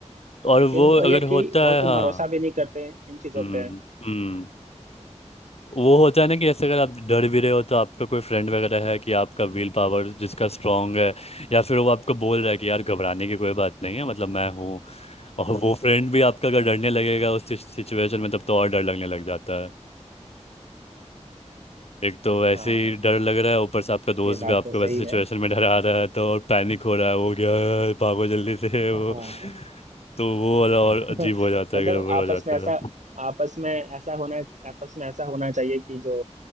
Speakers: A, on the left; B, on the right.
A: और
B: लेकिन
A: वो
B: वो
A: अगर
B: ये कि
A: होता
B: बहुत
A: है
B: तो
A: हाँ
B: भरोसा भी नहीं करते हैं इन चीजों
A: हम्म
B: पे
A: हम्म वो होता है ना कि जैसे अगर आप डर भी रहे हो तो आपका कोई फ्रेंड वगैरह है कि आपका विल पावर जिसका स्ट्रांग है या फिर वो आपको बोल रहा है कि यार घबराने की कोई बात नहीं है मतलब मैं हूँ और वो फ्रेंड भी आपका अगर डरने लगेगा उस सिचुएशन में तब तो और डर लगने लग जाता एक तो वैसे
B: हाँ
A: ही डर लग रहा है ऊपर से आपका दोस्त
B: ये बात
A: भी आपको
B: तो सही
A: वैसे सिचुएशन
B: है
A: में डरा रहा है तो और पैनिक हो रहा है वो क्या भागो जल्दी से वो
B: हाँ
A: तो वो वाला और
B: <laughs>
A: अजीब हो जाता
B: मतलब
A: है गड़बड़
B: आपस
A: हो जाता
B: में ऐसा
A: है
B: आपस में ऐसा होना आपस में ऐसा होना चाहिए कि जो